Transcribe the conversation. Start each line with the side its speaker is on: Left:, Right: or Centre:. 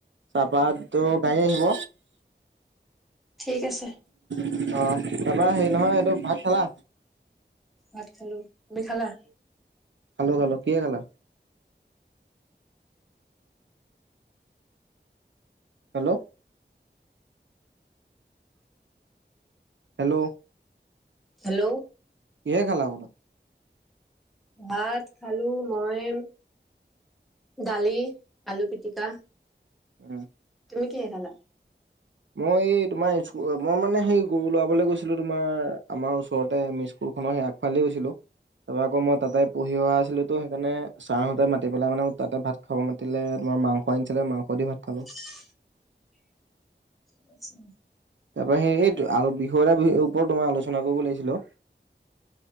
Right: চাহপাতটো কালি আনিব।
Centre: ঠিক আছে।
Right: অ', তাৰপৰা হেৰি নহয় এইটো, ভাত খালা?
Centre: ভাত খালোঁ, তুমি খালা?
Right: খালোঁ, খালোঁ কিহে খালা? হেল্ল'। হেল্ল'।
Centre: হেল্ল'।
Right: কিহে খেলা বোলো?
Centre: ভাত খালো মই। দালি, আলু পিটিকা
Right: উম।
Centre: তুমি কিহে খালা?
Right: মই এই তোমাৰ স্কু মই মানে সেই গৰুওৰাবলে গৈছিলো তোমাৰ আমাৰ ওচৰতে আমি স্কু খন আগফালে গৈছিলো। তা পা আকৌ মই তাতে পঢ়িও আছিলো ত সেইকাৰণে ছাৰহঁতে মাতি পেলাই মানে তাতে ভাত খাব মাতিলে। মাংস আনছিলে মাংস দি ভাত খালো।
Centre: <inaudible> ঠিক আছে।
Right: তা পা সেই এইটো আৰু বিষয় এটাৰ ওপৰত তোমাৰ আলোচনা কৰিব লাগিছিল অ।